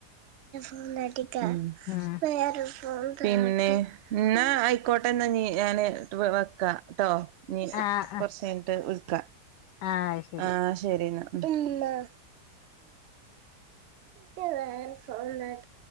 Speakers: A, on the right; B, on the left.
A: ഉം <unintelligible>
B: ഉം <unintelligible>
A: <unintelligible> പിന്നെ എന്ന ആയി ക്കോട്ടെന്നാ നി ഞാന് വെക്കാ ട്ടോ നി
B: ആഹ്
A: കൊറച്ച് കയിഞ്ഞിട്ട് വിളിക്കാ
B: ആഹ് അത് ശരി
A: ആഹ് ശരി ന്നാ <unintelligible>